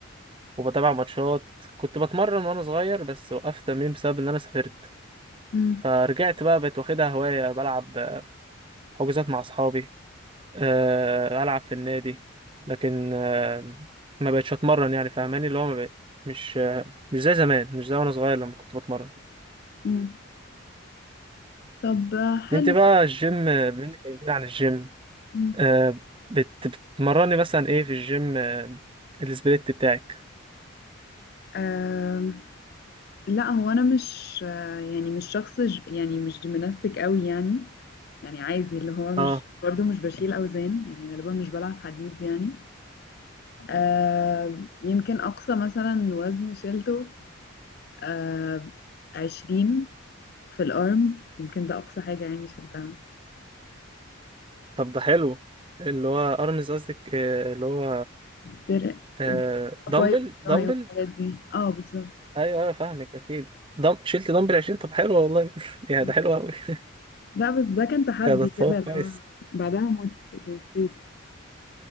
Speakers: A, on the right (about 25°); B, on the left (about 50°).
A: وبتابع ماتشات كنت بتمرن وأنا صغير بس وقفت تمرين بسبب إن أنا سافرت
B: مم.
A: فرجعت بقى بقيت واخدها هواية بلعب حجوزات مع أصحابي آه، ألعب في النادي لكن آه، ما بقتش أتمرن يعني فاهماني اللي هو ما بقيت مش آه، مش زي زمان مش زي وأنا صغير لما كنت بتمرن
B: مم. طب آه، حلو
A: أنت بقى الجيم آه، بما إنك كلمتني عن الجيم
B: مم.
A: آه، بت بتمرني مثلا إيه في الجيم آه، السبليت بتاعك
B: آه. لا هو انا مش آه، يعني مش شخص ج- يعني مش جيمناستيك قوي يعني يعني عادي اللي هو مش
A: أه
B: برضو مش بشيل اوزان يعني غالبا مش بلعب حديد يعني آه. يمكن اقصى مثلا وزن شيلته آه. 20 في الارمز يمكن ده اقصى حاجة يعني شلتها
A: طب ده حلو اللي هو أرمز قصدك آه، اللي هو
B: درع
A: آه،
B: درع بقى
A: دمبل
B: باي
A: دمبل
B: وراي والحاجات دي اه بالظبط
A: ايوه ايوه فاهمك اكيد دم... شلت دمبل 20 طب حلو والله <laughs> يا
B: آه.
A: ده حلو قوي <laughs>
B: لا بس ده كان تحدي
A: يا ده تصور
B: كده
A: كويس
B: لو بعدها مت توفيت